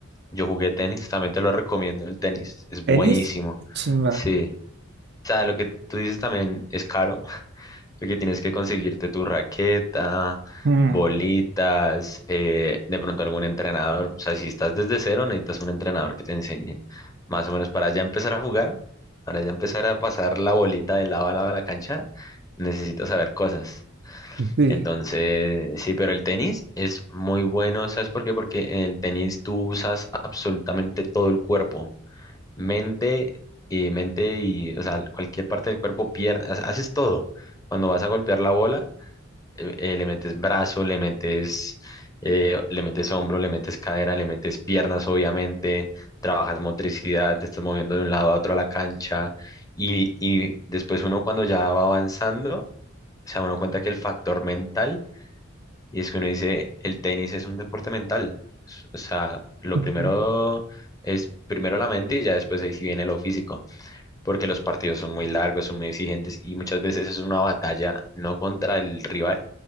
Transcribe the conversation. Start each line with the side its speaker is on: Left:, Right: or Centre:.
Left: yo jugué tenis, también te lo recomiendo el tenis, es
Right: ¿Tenis?
Left: buenísimo.
Right: Chimba.
Left: Sí. O sea, lo que tú dices también es caro, Porque tienes que conseguirte tu raqueta,
Right: Mm,
Left: bolitas, eh, de pronto algún entrenador. O sea, si estás desde cero, necesitas un entrenador que te enseñe más o menos para ya empezar a jugar, para ya empezar a pasar la bolita de lado a lado de la cancha, necesitas saber cosas.
Right: sí.
Left: Entonces, sí, pero el tenis es muy bueno, ¿sabes por qué? Porque en el tenis tú usas absolutamente todo el cuerpo mente y mente y, o sea, cualquier parte del cuerpo, pierna, ha- haces todo. Cuando vas a golpear la bola, eh, eh, le metes brazo, le metes, eh, le metes hombro, le metes cadera, le metes piernas, obviamente, trabajas motricidad, te estás moviendo de un lado a otro a la cancha y, y después uno cuando ya va avanzando, se da uno cuenta que el factor mental, y es que uno dice, el tenis es un deporte mental. O sea, lo
Right: Ujú.
Left: primero es primero la mente y ya después ahí sí viene lo físico porque los partidos son muy largos, son muy exigentes y muchas veces es una batalla no contra el rival,